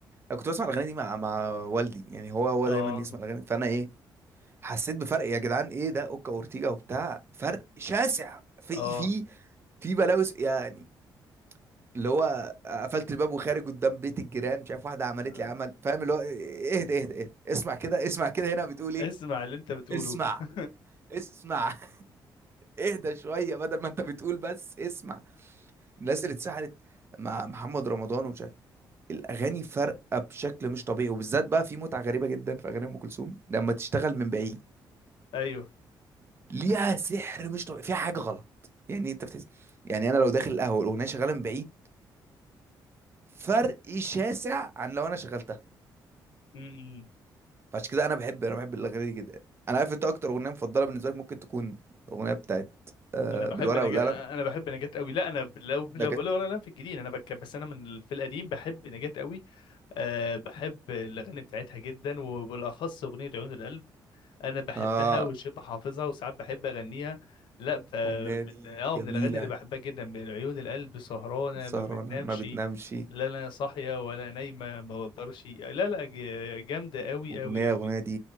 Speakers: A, on the right; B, on the left.
A: انا كنت بسمع الاغاني دي مع مع والدي يعني هو هو
B: اه
A: دايما يسمع الاغاني فانا ايه حسيت بفرق يا جدعان ايه ده اوكا وورتيجا وبتاع فرق شاسع في
B: اه
A: في في بلاوي يعني اللي هو قفلت الباب وخارج قدام بيت الجيران مش عارف واحده عملت
B: <laughs>
A: لي عمل فاهم اللي هو اهدى اهدى اهدى اسمع كده اسمع كده هنا بتقول ايه
B: اسمع اللي انت بتقوله
A: اسمع
B: <laughs>
A: اسمع <laughs> اهدى شويه بدل ما انت بتقول بس اسمع الناس اللي اتسحلت مع محمد رمضان ومش عارف الاغاني فارقه بشكل مش طبيعي وبالذات بقى في متعه غريبه جدا في اغاني ام كلثوم لما تشتغل من بعيد
B: ايوه
A: ليها سحر مش طبيعي فيها حاجه غلط يعني انت بتحس يعني انا لو داخل القهوه والاغنيه شغاله من بعيد فرق شاسع عن لو انا شغلتها
B: امم
A: فعشان كده انا بحب انا بحب الاغاني دي جدا انا عارف انت اكتر اغنيه مفضله بالنسبه لك ممكن تكون الاغنيه بتاعت آه
B: انا بحب
A: بالورقه
B: نجاة
A: والقلم
B: انا بحب نجاة قوي لا انا ب- لو لو
A: نجا
B: لو انا في الجديد انا بك بس انا من ال- في القديم بحب نجاة قوي أه بحب الأغاني بتاعتها جدا وبالأخص أغنية عيون القلب أنا بحبها
A: اه
B: وشبه حافظها وساعات بحب أغنيها لا ف
A: الاغنيه
B: من
A: دي
B: اه
A: جميله
B: من الأغاني اللي بحبها جدا من عيون القلب سهرانة
A: سهرانه
B: ما بتنامش
A: ما بتنامش
B: لا أنا صاحية ولا نايمة ما بقدرش لا لا ج- جامدة أوي
A: اغنيه
B: أوي أوي
A: اغنيه دي